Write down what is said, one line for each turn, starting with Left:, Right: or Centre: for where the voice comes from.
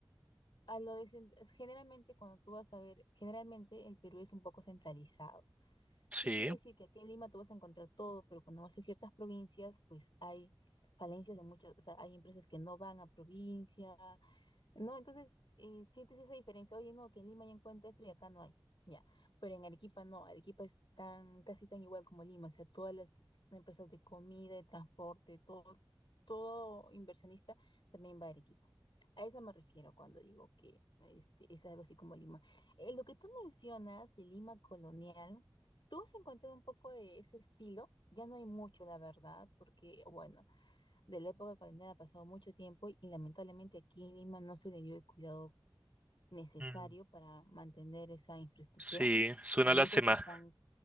Left: a lo de, cen- es generalmente cuando tú vas a ver, generalmente el Perú es un poco centralizado.
Right: Sí.
Left: ¿Qué quiere decir? Que aquí en Lima tú vas a encontrar todo, pero cuando vas a ciertas provincias, pues hay falencias de muchas, o sea, hay empresas que no van a provincia, no, entonces eh, sientes esa diferencia. Oye, no, que en Lima ya encuentro esto y acá no hay. Ya, pero en Arequipa no. Arequipa es tan, casi tan igual como Lima. O sea, todas las empresas de comida, de transporte, todo, todo inversionista también va a Arequipa. A eso me refiero cuando digo que este, es algo así como Lima. Eh, lo que tú mencionas de Lima colonial, tú vas a encontrar un poco de ese estilo. Ya no hay mucho, la verdad, porque, bueno de la época colonial ha pasado mucho tiempo y lamentablemente aquí en Lima no se le dio el cuidado necesario
Right: mm,
Left: para mantener esa infraestructura.
Right: Sí, es una
Left: Hay muchas
Right: lástima,
Left: que están,